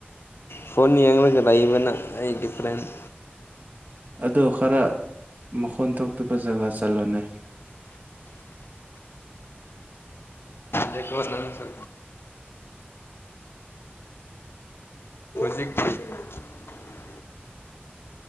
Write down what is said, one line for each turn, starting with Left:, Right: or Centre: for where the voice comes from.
Left: ꯐꯣꯟ ꯌꯦꯉꯒ ꯂꯏꯕꯅ ꯑꯩꯒꯤ ꯐ꯭ꯔꯦꯟꯖ
Right: ꯑꯗꯣ ꯈꯔ ꯃꯈꯣꯟ ꯊꯣꯛꯇꯕ ꯖꯒꯥ ꯆꯠꯂꯣꯅꯦ
Left: ꯌꯥꯏꯀꯣ ꯅꯪꯁꯨ <unintelligible>